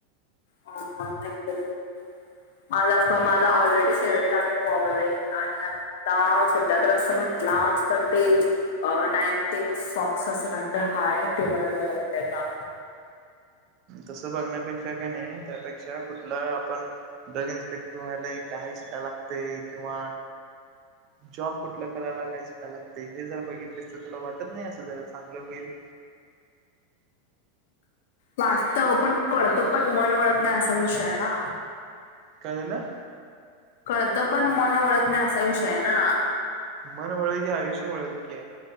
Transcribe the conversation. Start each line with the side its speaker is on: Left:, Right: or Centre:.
Left: थँक्यू, थँक्यू मला माझा ऑलरेडी फेवरेट आहे. आणि आता सध्या तर अस म्हटलास तर ते अ नाईन टेन स्वाक्स असं काय तर हाय ते मला लई आवडतय त्या मुळं
Right: तसं बघण्यापेक्षा कनी त्यापेक्षा कुठला आपण ड्रग इन्स्पेक्टर व्हायलय काय शिकायला लागतय किंवा जॉब कुठलं करायला काय शिकायला लागतय हे जर बघितलीस तर तुला वाटत नाही असं जरा चांगलं होईल
Left: वाटत ओ पण कळत पण मन वळत नाही असा विषय आहे ना
Right: काय झालं?
Left: कळतं पण मन वळत नाही असा विषय आहे ना.
Right: मन वळल की आयुष्य वळल की